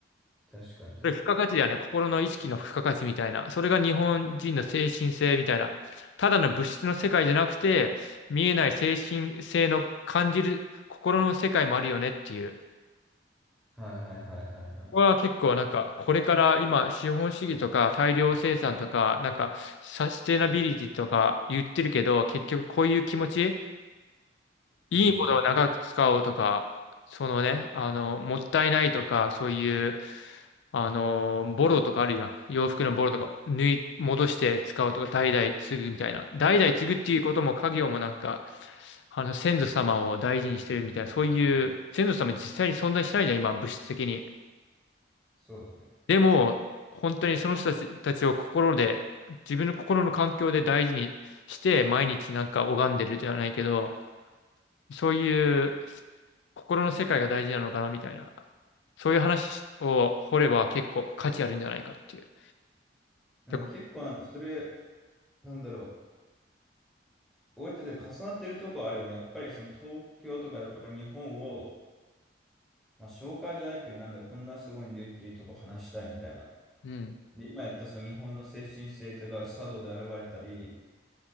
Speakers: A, in the centre; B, on the left.
A: 確かに確かに。
B: れ付加価値だよね。心の意識の付加価値みたいな。それが日本人の精神性みたいな。ただの物質の世界じゃなくて、見えない精神性の感じる心の世界もあるよねっていう。
A: はいはいはいはいはい。
B: ここは結構なんか、これから今、資本主義とか大量生産とか、なんか、サステナビリティとか言ってるけど、結局こういう気持ちいいものを長く使おうとか、
A: うんうんうん。
B: そのね、あの、もったいないとか、そういう、あの、ボロとかあるじゃん。洋服のボロとか、縫い、戻して使うとか、代々継ぐみたいな。代々継ぐっていうことも、家業もなんか、あの、先祖様を大事にしてるみたいな、そういう、先祖様実際に存在しないじゃん、今、物質的に。
A: そうだね。
B: でも、本当にその人たち、たちを心で、自分の心の環境で大事にして、毎日なんか拝んでるじゃないけど、そういうせ心の世界が大事なのかなみたいな、そういう話を掘れば結構価値あるんじゃないかっていう。
A: うん、
B: でこ
A: 結構なんかそれ、なんだろう。俺たちが重なってるとこあるよね。やっぱりその東京とかやっぱり日本を、まあ紹介じゃないけど、なんだろう、こんなすごいんでっていうとこ話したいみたいな。
B: うん。
A: で、今やったその日本の精神性って、だから茶道で現れたり、